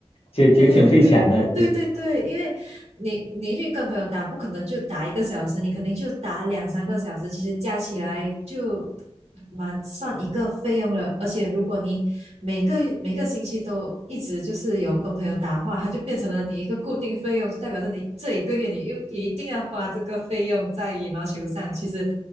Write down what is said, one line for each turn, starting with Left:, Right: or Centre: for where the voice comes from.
Left: 也也挺费钱的，
Right: 对 <laughs> 对对对对，因为你你去跟朋友打，不可能就打一个小时，你肯定就打两三个小时，其实加起来就蛮算一个费用了。而且如果你每个每个星期都一直就是有跟朋友打的话，它就变成了你一个固定费用，就代表着你这一个月你又一定要花这个费用在羽毛球上，其实